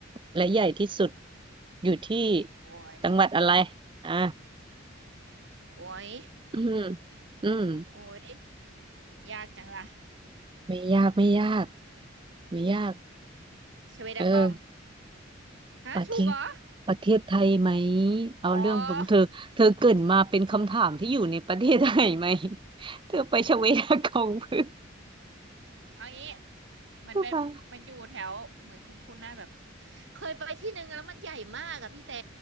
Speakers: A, on the right (about 25°); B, on the right (about 65°).
A: และใหญ่ที่สุดอยู่ที่
B: โอ้ย
A: จังหวัดอะไรอ่ะ
B: โอ้ย
A: อืมอืม
B: โอ้ยยากจังล่ะ
A: ไม่ยากไม่ยากไม่ยาก
B: ชเวดากอง
A: เออ
B: ฮะถูกเหรอ
A: ประเทศประเทศไทยไหมเอาเรื่องผมเธอเธอเกรินมาเป็นคำถามที่อยู่ในประเทศไทยไหม
B: อ๋อ
A: <laughs> เธอไปชเวดากองเพื่อ
B: เอางี้มันเป็นมันอยู่แถวเหมือนคุณคุณหน้าแบบ
A: เธอมา
B: เคยไปที่หนึ่งแล้วมันใหญ่มากอะพี่แต่